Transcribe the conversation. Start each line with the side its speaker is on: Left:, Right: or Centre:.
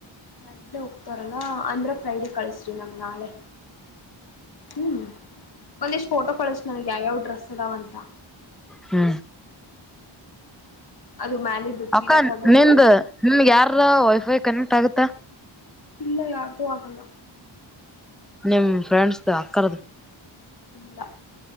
Left: ಸ್ಯಾಟರ್ಡೇ ಹೋಗ್ತಾರಲ್ಲ ಅಂದ್ರೆ ಫ್ರೈಡೆ ಕಳಸ್ರಿ ನಂಗ್ ನಾಳೆ. ಹ್ಮ್ ಒಂದಿಷ್ಟ ಫೋಟೋ ಕಳಸ ನನ್ಗ್ ಯಾವ್ಯಾವ ಡ್ರೆಸ್ ಅದಾವ ಅಂತಾ.
Centre: ಹ್ಮ.
Left: ಅದು. <unintelligible>
Centre: ಅಕ್ಕಾ
Left: ತಗದು
Centre: ನಿಂದ ನಿಮಗೆ ಯಾರರ ವೈಫೈ ಕನೆಕ್ಟ್ ಆಗುತ್ತಾ.
Left: ಇಲ್ಲ ಯಾರದೂ ಆಗಲ್ಲ
Centre: ನಿಮ್ ಫ್ರೆಂಡ್ಸ್ ದ ಅಕ್ಕರ್ದು.
Left: ಇಲ್ಲ